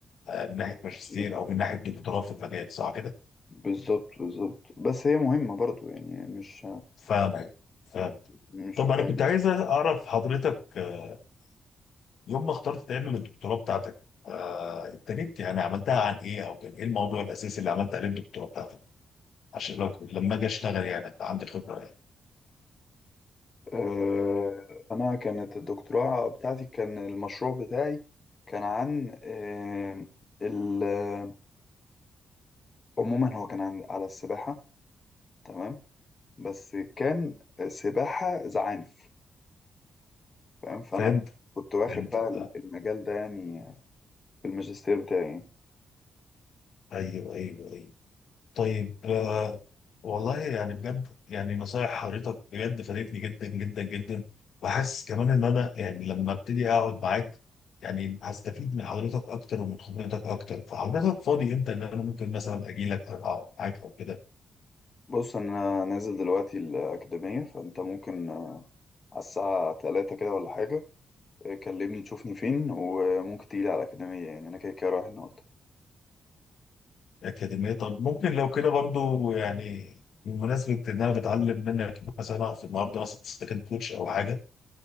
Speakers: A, on the left; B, on the left.
A: آه، من ناحيه ماجستير
B: كتير
A: او من ناحيه دكتوراه في المجال صح كده؟
B: بالظبط بالظبط بس هي مهمة برضو يعني مش
A: فاهم فاهم
B: مش
A: طب انا
B: فاهم
A: كنت عايز اعرف حضرتك آه، يوم ما اخترت تعمل الدكتوراه بتاعتك آه، ابتديت يعني عملتها عن ايه او كان ايه الموضوع الاساسي اللي عملت عليه الدكتوراه بتاعتك عشان لو لما اجي اشتغل يعني ابقى عندي خبره يعني
B: آه، أنا كانت الدكتوراه بتاعتي كان المشروع بتاعي كان عن آه، ال- آه، عموما هو كان عن على السباحة تمام بس كان سباحة زعانف تمام فأنا
A: فهمت
B: كنت واخد
A: فهمت
B: بقى
A: آه،
B: المجال ده يعني في الماجستير بتاعي يعني.
A: ايوه ايوه ايوه طيب آه، والله يعني بجد يعني نصايح حضرتك بجد فادتني جدا جدا جدا وحاسس كمان ان انا يعني لما ابتدي اقعد معاك يعني هستفيد من حضرتك اكتر ومن خبرتك اكتر فحضرتك فاضي امتى ان انا ممكن مثلا اجي لك او اقعد معاك او كده
B: بص أنا نازل دلوقتي الأكاديمية فأنت ممكن آه، على الساعة تلاتة كده ولا حاجة آه، كلمني تشوفني فين وممكن تيجي على الأكاديمية يعني أنا كده كده رايح النهاردة
A: أكاديمية طب ممكن لو كده برضو يعني بمناسبة إن أنا بتعلم منك مثلا في النهاردة مثلا سكند كوتش أو حاجة